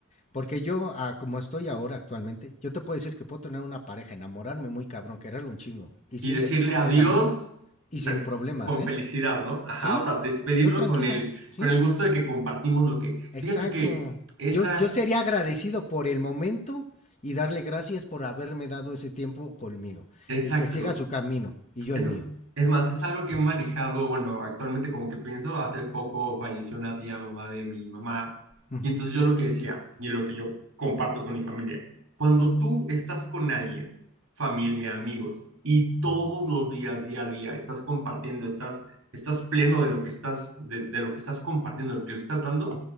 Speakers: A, on the left; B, on the right.
A: Porque yo, ah, como estoy ahora actualmente, yo te puedo decir que puedo tener una pareja, enamorarme muy cabrón, quererlo un chingo. Y
B: y
A: si
B: decirle
A: ella toma
B: adiós
A: otro camino, y sin
B: perf-
A: problemas,
B: con
A: ¿eh?
B: felicidad, ¿no? Ajá,
A: Sí,
B: o sea, despedirlo
A: yo tranquilo,
B: con el,
A: sí.
B: con el gusto de que compartimos lo que,
A: Exacto.
B: fíjate que esa,
A: Yo, yo sería agradecido por el momento y darle gracias por haberme dado ese tiempo conmigo
B: Exacto.
A: y que siga su camino y yo
B: Es,
A: el mío.
B: es más, es algo que he manejado, bueno, actualmente como que pienso, hace poco falleció una tía mamá de mi mamá,
A: Ujú,
B: y entonces yo lo que decía, y lo que yo comparto con mi familia, cuando tú estás con alguien, familia, amigos, y todos
A: ujú,
B: los días, día a día, estás compartiendo, estás, estás pleno de lo que estás, de, de lo que estás compartiendo, lo que le estás dando,